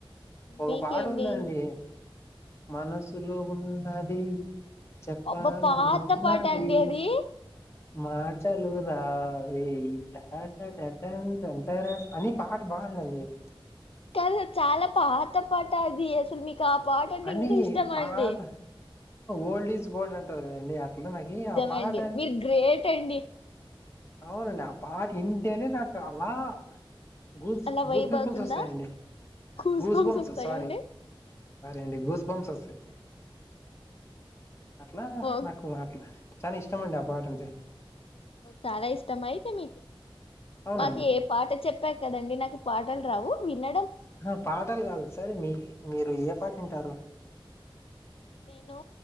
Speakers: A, on the left; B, on the left.
A: ఒక
B: మీకే
A: పాట
B: అండి
A: ఉందండి మనసులో ఉన్నది చెప్పాలను
B: అబ్బా పాత
A: ఉన్నది
B: పాట అండి అది
A: మాటలు రా ఏ ఇలా అంత అని పట బాందంది <unintelligible>
B: కాదు చాలా పాత పాట అది అసలు మీకు ఆ పాట అంటే
A: అంీ
B: ఇంకా ఇష్టం
A: పాత
B: అండి
A: ఓల్డ్ ఈస్ గోల్డ్ అంట డి ఇల నాకి
B: నిజమే
A: ఆ పాట
B: అండి మీరు గ్రేట్ అండి
A: అవునండి ఆ పాట ఇన్ తేనే నాక అలా <unintelligible> గూల్స్
B: అలా
A: గూల్స్
B: వైబ్
A: పింపుల్స్
B: అవుతుందా
A: వస్తాయండి
B: కూస్
A: గూస్ బంప్స్
B: వస్తాయా
A: సారీ
B: అండి
A: అండి గూస్ బంప్స్ వస్తాయి అట్లా
B: ఓ
A: నాకు అట్లా చాలా ఇష్టమండి ఆ పాటంటే
B: చాలా ఇష్టం అయితే మీకు
A: అవునండి
B: మాకు ఏ పాట చెప్పా కదండి నాకు పాటలు రావు విన్న
A: ఆ పాటలు కాదు సరే మీ మీరు ఏ పాట వింటారు
B: నేను